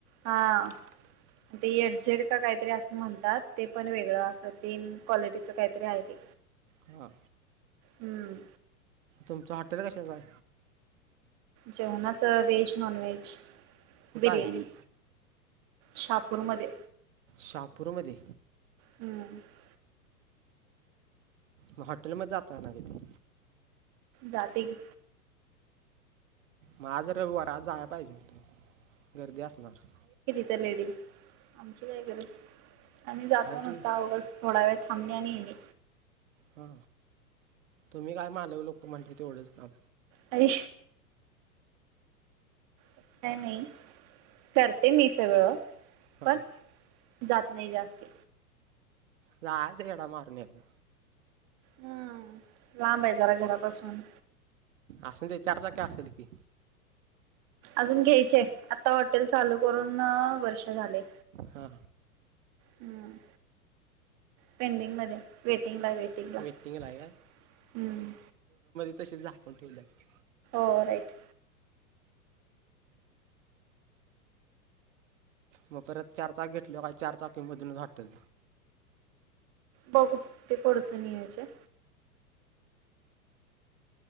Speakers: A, on the right; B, on the right.
A: हां.
B: <inaudible>
A: ते येडझेड का काहीतरी असं म्हणतात, ते पण वेगळं असं तीन क्वालिटीच काहीतरी आहे ते.
B: हा.
A: हम्म.
B: तुमचं हॉटेल कश्याच हाय?
A: जेवणाच, व्हेज नॉन व्हेज
B: कुठं
A: बिर्याणी.
B: आहे
A: शापूरमध्ये
B: शहापूरमध्ये.
A: हम्म
B: म हॉटेल म जाताय नाय कदी?
A: जाते गी.
B: मग आज रविवार जाया पाहिजे हुतं, गर्दी असणार.
A: त्या लेडीस, आमची काय गरज, आम्ही जातो
B: आहे
A: नसता
B: तुम्ही
A: उगज थोड्या वेळ थामणे आणि येणे.
B: हा, तुम्ही काय मालक लोकं म्हटल्यावर तेवढंच काम.
A: अरे तसं काय नाही, करते मी सगळं.
B: हा.
A: पण जात नाही जास्त.
B: जायाचं येडा मारून याचं.
A: हम्म लांब आहे जरा घरापासून
B: असुदे, चारचाकी असल की.
A: अजून घ्यायचे. आता हॉटेल चालू करून वर्ष झाले.
B: हा.
A: हम्म पेंडिंग मध्ये वेट. वेटिंग ला. वेटींग हम्म.
B: वेटिंगला आहे तसेच झाकून ठेवल्यात.
A: हो राईट.
B: मग परत चार चाक घेतली. काही चार चाकी मधूनच हटल.
A: बघू ते फूडच नियोजन.